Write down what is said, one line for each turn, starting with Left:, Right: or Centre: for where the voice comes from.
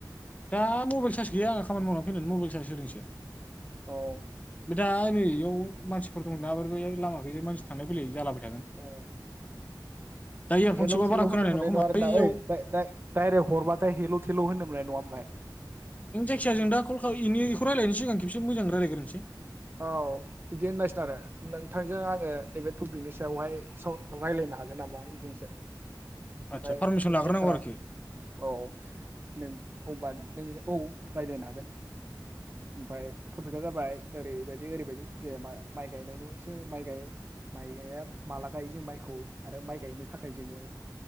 Left: दा मबाइल चार्ज गैया आं खामानि मावनानै फैनानै मबाइल चार्ज होदोंसो।
Right: औ
Left: ओमफ्राय दा नै बेयाव मानसिफोर दंना बे लामााखै मानसि थांल फैाय जालाबा
Right: औ
Left: दा इयारफन
Right: हेल'
Left: सोबा
Right: थेल'
Left: बारा खोनानाय
Right: होनो मोन्नाय
Left: खोमा
Right: नङा आरो
Left: बैयाव
Right: ना ओ डाइरेक्ट हरबाथाय हेल' थेल' होनो लनाय नङा ओमफ्राय
Left: जों जायखिज जों दा कल खायलायनो सिगां खेबसे एसे मोजां रायजलायग्रोनसै
Right: औ बिदि होननांसिगोन आरो नों थांजों आङो नैबे टपिकनि सायावहाय रायज्लायनो हागोन नामा बिदिनोसै ओमफ्राय
Left: आदसा पारमिसन
Right: नोंनि
Left: लाग्रोनांगौ
Right: एन्सारा
Left: आरोखि
Right: औ नों एबा नों औ रायज्लायनो हागोन ओमफ्राय टपिकआ जाबाय ओरैबायदि ओरैबायदि जेनेबा माइ गायनायनि जों माइ ग माइ गाया माला गायो जों माइखौ आरो माइ गायनो थाखाय जोङो